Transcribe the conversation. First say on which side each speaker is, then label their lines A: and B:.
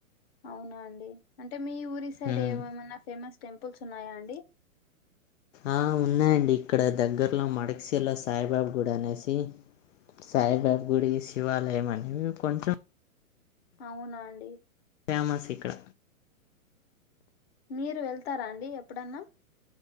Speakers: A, on the left; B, on the left.
A: అవునా అండి అంటే మీ ఊరి సైడ్
B: మ్మ్
A: ఏమమన్నా ఫేమస్ టెంపుల్స్ ఉన్నాయా అండి
B: ఆ ఉన్నాయండి ఇక్కడ దగ్గరలో మడక్సిీలో సాయిబాబ గుడనేసి సాయిబాబ గుడి శివాలయం అనేవి కొంచెం
A: అవునా అండి
B: ఫేమస్ ఇక్కడ
A: మీరు వెళ్తారా అండి ఎప్పుడన్నా